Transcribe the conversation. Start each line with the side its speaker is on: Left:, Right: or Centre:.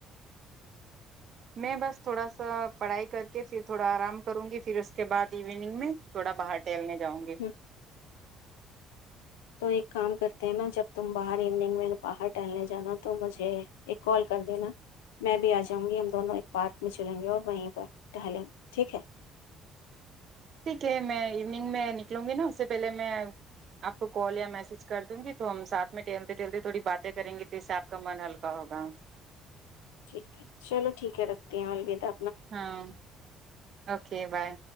Right: میں بس تھوڑا سا پڑھائی کر کے پھر تھوڑا آرام کروں گی پھر اس کے بعد ایوننگ میں تھوڑا باہر ٹہلنے جاؤں گ
Left: ہوں، تو ایک کام کرتے ہیں نا جب تم باہر ایوننگ میں باہر ٹہلنے جانا تو مجھے ایک کال کر دینا میں بھی آ جاؤں گی ہم دونوں ایک پارک میں چلیں گے اور وہیں پر ٹہلیں گے ٹھیک ہے
Right: سھیک ہے میں ایگ میںک نک لوں گی نا اس سے پہلے میں آپ کو کال یا میسج کر دوں گی تو ہم سھ میں ٹہلتے ٹہلتے تھوڑی باتیں کریں گے تو اس سے آپ کا من ہلکا ہوگا
Left: ٹھیک ہے چلو ٹھیک ہے رکھتی ہوں الودا
Right: ہاں اوکے بائے